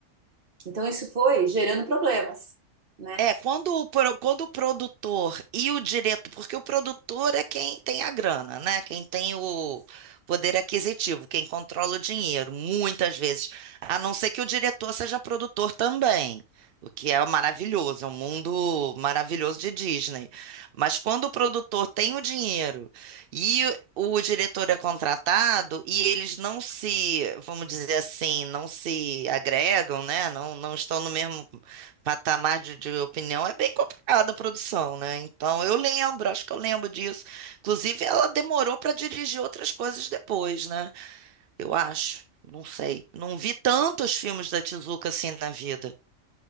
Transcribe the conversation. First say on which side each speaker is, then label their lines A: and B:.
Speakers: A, on the right (about 45°); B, on the right (about 60°).
A: Então isso foi gerando problemas, né?
B: É, quando o, pro- quando o produtor e o diretor, porque o produtor é quem tem a grana, né? Quem tem o poder aquisitivo, quem controla o dinheiro, muitas vezes. A não ser que o diretor seja produtor também, o que é maravilhoso, é um mundo maravilhoso de Disney. Mas quando o produtor tem o dinheiro e o o diretor é contratado e eles não se, vamos dizer assim, não se agregam, né? Não, não estão no mesmo Patamar de, de opinião é bem complicado a produção, né? Então eu lembro, acho que eu lembro disso. Inclusive, ela demorou para dirigir outras coisas depois, né? Eu acho, não sei. Não vi tantos filmes da Tezuka assim na vida.